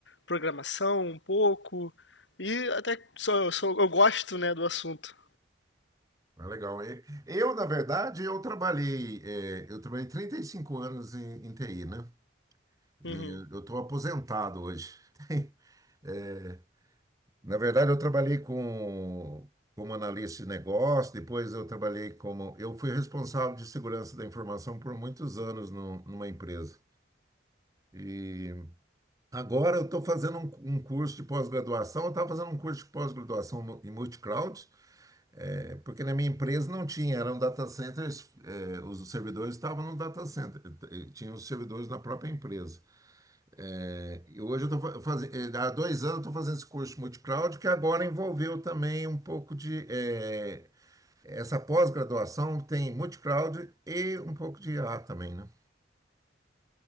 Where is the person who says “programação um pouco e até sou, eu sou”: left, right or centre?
Left